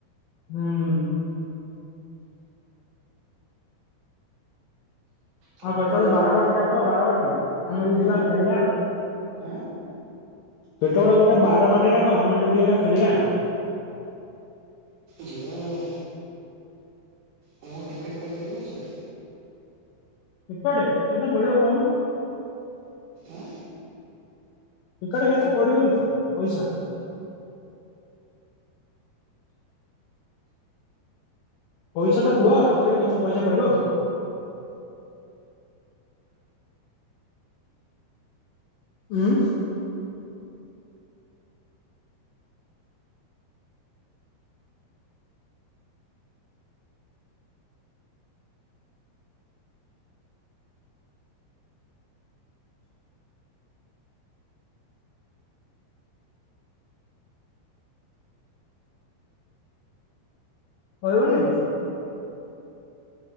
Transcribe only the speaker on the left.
ହୁଁ।
ହଉ
ବାରବାଟୀ ଡାକ ବାରବାଟୀ ଆମେ ବି ଯିବା
ଖେଳିଆ।
କେତେବଳେ ଗୋଟେ ବାରବାଟୀ ଡାକ ଆମେ ତ ଯିବା ଖେଳିବା।
ଟିକେଟେ କେତେ ପଡିବ କହୁନ?
ଟିକଟେ କେତେ ପଡିବ କେତେ ପଇସା? ପଇସା ତ କୁହ ଟିକେଟେ କେତେ ପଇସା ପଡିବ? ହୁଁ। କହିବନି।